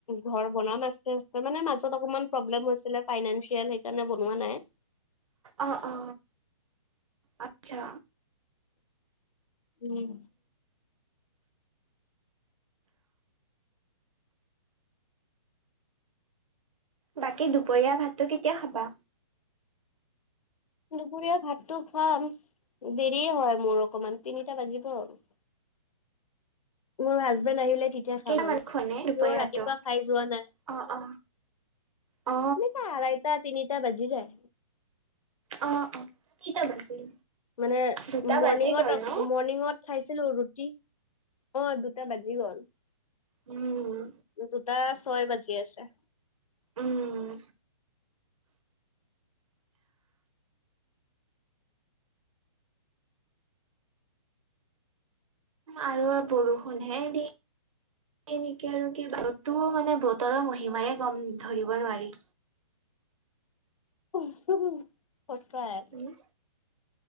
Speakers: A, on the left; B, on the right.
A: ঘৰ বনাম আস্তে আস্তে মানে মাজত অকমান ব্লে হৈছিলে ফাইনেিয় সেইকাৰণে বনোৱা নাই।
B: অ', অ, আচ্ছা।
A: উম,
B: বাকী দুপৰীয়া ভাতটো কেতিয়া খাবা?
A: দুপৰীয়া ভাতটো খাম দেৰি হয় মোৰ অকমান তিনিটা বাজিব আৰু। মোৰ হাজবেণ্ড আহিলে তেতিয়া খাম
B: কেইটামান
A: আৰু কিয়
B: খোৱা নে দুপৰীয়া
A: ৰাতিপুৱা
B: ভাতটো?
A: খাই যোৱা নাই।
B: অ অ অ
A: নো আইটা তিনিটা বাজি যায়।
B: অ', অ' কেইটা বাজিল?
A: মানে
B: দুটা
A: মৰ্ণিঙত
B: বাজি গ'ল ন?
A: মৰ্ণিঙত খাইছিলো ৰুটি অ' দুটা বাজি গ'ল
B: উম
A: দুটা ছয় বাজি আছে।
B: উম, আৰু বৰষুণ হে দি সনেকে আৰু কি ব আৰু তো মানে বতৰৰ মহিমায় গম ধৰিব নোৱাৰি।
A: <unintelligible>
B: উম,